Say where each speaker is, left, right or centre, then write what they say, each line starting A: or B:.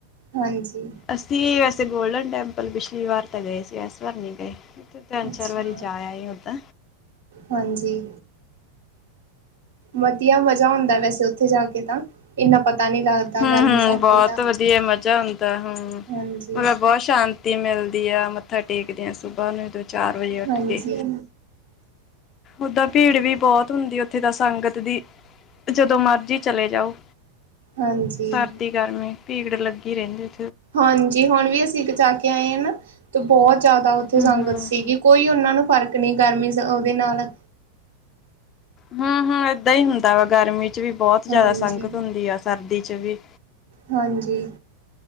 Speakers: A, on the right; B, on the left.
A: ਹਾਂਜੀ
B: ਅਸੀਂ ਵੈਸੇ ਗੋਲਡਨ ਟੈਂਪਲ ਪਿਛਲੀ ਵਾਰ ਤਾਂ ਗਏ ਸੀ ਇਸ ਵਾਰ ਨਹੀਂ ਗਏ। ਤਿੰਨ
A: ਅੱਛਾ
B: ਚਾਰ ਵਾਰੀ ਜਾ ਆਏ ਹੁਣ ਤਾ
A: ਹਾਂਜੀ ਵਧੀਆ ਮਜ਼ਾ ਹੁੰਦਾ ਵੈਸੇ ਉੱਥੇ ਜਾ ਕੇ ਤਾਂ ਇੰਨਾ ਪਤਾ ਨਹੀਂ ਲੱਗਦਾ
B: ਹੂੰ-ਹੂੰ
A: ਗਰਮੀ ਸਰਦੀ
B: ਬਹੁਤ
A: ਦਾ
B: ਵਧੀਆ ਮਜ਼ਾ ਹੁੰਂਦਾ ਹੂੰ
A: ਹਾਂਜੀ
B: ਮਤਲਬ ਬਹੁਤ ਸ਼ਾਂਤ ਮਿਲਦੀ ਆ ਮੱਥਾ ਟੇਕਦਿਆਂ ਸੁਬਾਹ ਨੂੰ ਦੋਂ ਚਾਰ ਵਜੇ ਉੱਠ
A: ਹਾਂਜੀ
B: ਕੇ ਓਦਾਂ ਭੀੜ ਵੀ ਬਹੁਤ ਹੁੰਦੀ ਉੱਥੇ ਤਾਂ ਸੰਗਤ ਦੀ ਜਦੋਂ ਮਰਜ਼ੀ ਚਲੇ ਜਾਓ।
A: ਹਾਂਜੀ
B: ਸਰਦੀ ਗਰਮੀ ਭੀੜ ਲੱਗੀ ਰਹਿੰਦੀ।
A: ਹਾਂਜੀ ਹੁਣ ਵੀ ਅਸੀਂ ਜਾ ਕੇ ਆਏ ਆ ਨਾ। ਬਹੁਤ ਜ਼ਿਆਦਾ ਉੱਥੇ
B: ਹੂੰ-ਹੂੰ।
A: ਸੰਗਤ ਸੀਗੀ ਕੋਈ ਉਹਨਾਂ ਨੂੰ ਫ਼ਰਕ ਨਹੀਂ ਗਰਮੀ ਉਹਦੇ ਨਾਲ
B: ਹੂੰ-ਹੂੰ ਏਦਾਂ ਹੀ ਹੁੰਦਾ ਵਾ ਗਰਮੀ 'ਚ ਵੀ ਬਹੁਤ ਜ਼ਿਆਦਾ
A: ਹਾਂਜੀ
B: ਸੰਗਤ ਹੁੰਦੀ ਆ ਸਰਦੀ 'ਚ ਵੀ
A: ਹਾਂਜੀ